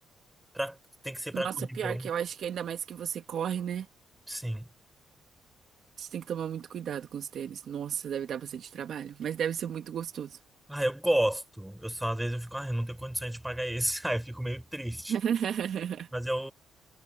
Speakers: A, in the centre; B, on the right.
A: pra, tem que ser para
B: Nossa,
A: corridão.
B: pior que eu acho que ainda mais que você corre, né?
A: Sim.
B: Você tem que tomar muito cuidado com os tênis. Nossa, deve dar bastante trabalho, mas deve ser muito gostoso.
A: Ah, eu gosto. Eu só às vezes eu fico, ah, eu não tenho condições de pagar esse. <laughs> Ah, eu fico meio triste.
B: <laughs>
A: Mas eu